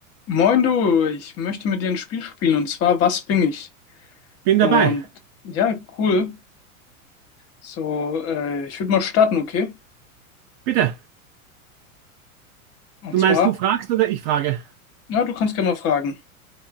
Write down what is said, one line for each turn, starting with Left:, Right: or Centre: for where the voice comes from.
Left: Moin du, ich möchte mit dir ein Spiel spielen und zwar Was bin ich?
Right: Bin
Left: Und
Right: dabei.
Left: ja, cool. So, äh, ich würde mal starten, okay?
Right: Bitte.
Left: Und
Right: Du meinst,
Left: zwar,
Right: du fragst oder ich frage?
Left: na, du kannst gerne mal fragen.